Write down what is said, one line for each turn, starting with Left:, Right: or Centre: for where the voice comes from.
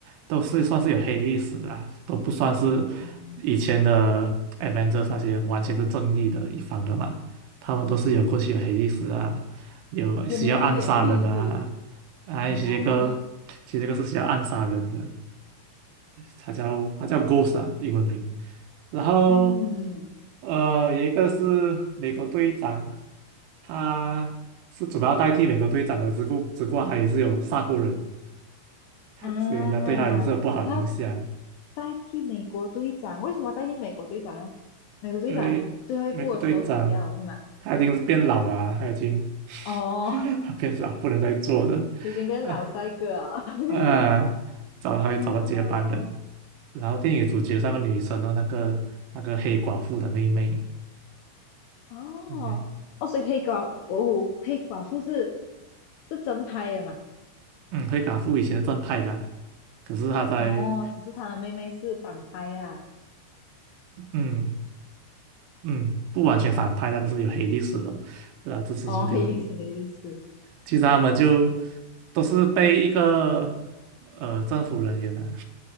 Right: 都是算是有黑历史的啊，都不算是
Left: 哦、
Right: 以前的 Avengers 那些完全是正义的一方的嘛，他们都是有过去有黑历史啊，有需要暗杀人的啊，
Left: 有没有一点例子？
Right: 啊，
Left: 哦，
Right: 其实这个其实这个是需要暗杀人的，他叫他叫 Ghost 啊，英文名，然后
Left: 嗯，
Right: 呃，有一个是美国队长。他是主要代替美国队长的，只顾只不过他也是有杀过人，
Left: 啊，
Right: 所以人家对他也是有不好印象。
Left: 他代替美国队长，为什么代替美国队长呢？美国队长最后一部的时候死掉了是吗？
Right: 因为美国队长他已经是变老了啊他已经
Left: 哦，
Right: <laughs> 他变老不能再做了，
Left: 已经变老帅哥啊！
Right: 啊啊，
Left: <laughs>
Right: 找他会找到接班人。
Left: 哦
Right: 然后电影主角是那个女生的那个那个黑寡妇的妹妹，
Left: 哦哦，
Right: 嗯哼
Left: 所以黑寡哦，黑寡妇是是真拍的嘛？
Right: 嗯，黑寡妇以前是正派的啊可是她在
Left: 哦，只是他的妹妹是反拍啊。
Right: 嗯。嗯，不完全反派，但是有黑历史的，然后这次就有，
Left: 哦，黑历史，黑历史。
Right: 其实他们就
Left: 哦
Right: 都是被一个呃政府人员啊，